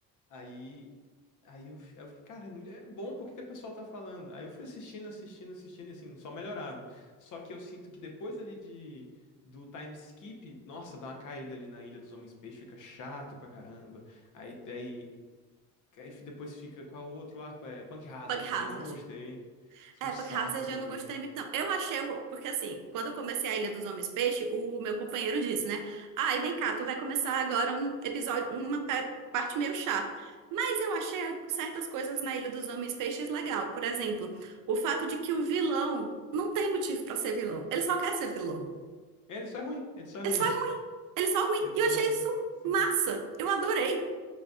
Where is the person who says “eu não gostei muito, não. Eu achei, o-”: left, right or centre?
Right